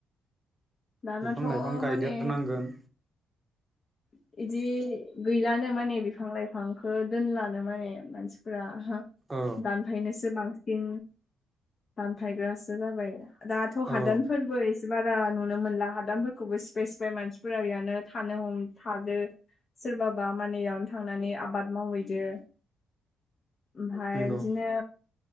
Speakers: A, on the left (about 45°); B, on the right (about 15°).
A: दानाथ'
B: बिफां लाइफां गायदेरनांगोन।
A: माने बिदि गैलानो माने बिफां लाइफांखौ दोनलानो माने मानसिफोरा
B: औ
A: दानफायनोसो बांसिन दानफायग्रासो जाबाय। दाथ' हादानफोरबो
B: औ
A: एसे बारा नुनो मोनला हादानफोरखौबो सिफाय सिफाय मानसिफोरा बेयानो थानो हम थादो। सोरबाबा माने बेयावनो थांनानै आबाद मावहैदो। ओमफ्राय
B: नंगौ
A: बिदिनो